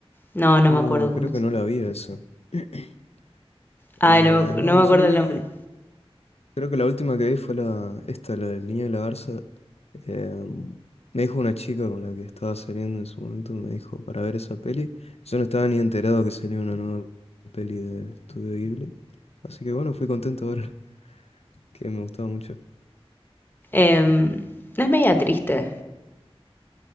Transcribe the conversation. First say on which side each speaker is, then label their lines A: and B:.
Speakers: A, on the left; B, on the left.
A: no, no
B: No,
A: me acuerdo cómo.
B: creo que
A: se-
B: no la vi eso. <clears throat>
A: Ay,
B: Eh,
A: no, me acu-
B: no,
A: no me acuerdo
B: yo vi,
A: el nombre.
B: creo que la última que vi fue la, esta, la del niño de la garza. Eh, me dijo una chica con la que estaba saliendo en su momento, me dijo para ver esa peli. Yo no estaba ni enterado que salía una nueva peli de Estudio Ghibli. Así que bueno, fui contento de verla, <laughs> que me gustaba mucho.
A: Em, no es media triste.